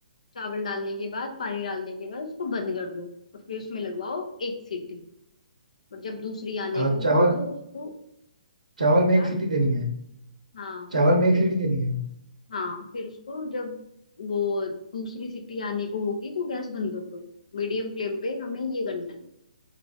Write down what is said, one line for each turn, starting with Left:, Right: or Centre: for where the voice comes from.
Left: चावल डालने के बाद पानी डालने के बाद उसको बंद कर दो और फिर उसमें लगवाओ एक सीटी और जब दूसरी आने
Right: आ,
Left: को
Right: चावल
Left: हो तो उसको
Right: चावल में
Left: क्या
Right: एक सीटी देनी है
Left: हाँ
Right: चावल
Left: उसको
Right: में
Left: फिर
Right: एक सीटी देनी है
Left: हाँ फिर उसको जब वो दूसरी सीटी आने को होगी तो गैस बंद कर दो मीडियम फ्लेम पे हमें ये करना है